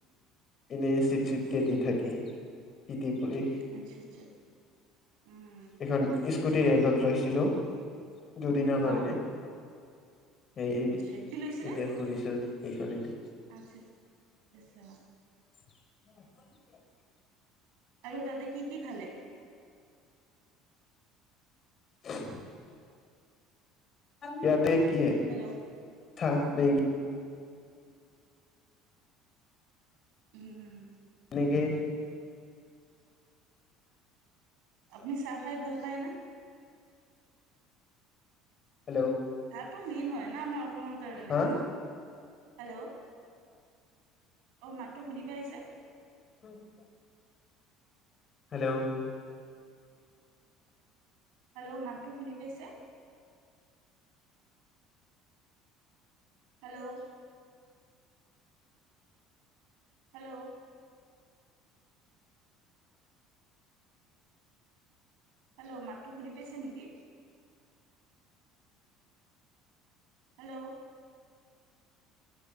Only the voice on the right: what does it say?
আচ্ছা আচ্ছা উম
অ
আচ্ছা কি লৈছিলে
আচ্ছা, আচ্ছা, আচ্ছা, আচ্ছা।
আৰু তাতে কি কি খালে?
হেল্ল'
উ'ম।
আপুনি চাহ খাই ভাল পায় নে?
টো মেইন হয় না আমাৰ অসমৰ কাৰণে,
হেল্ল'। অ', মাতটো শুনি পাইছে?
হেল্ল' মানটো শুনি পাইছে? Hello hello. হেল্ল' মাতটো শুনি পাইছে নেকি? হেল্ল'।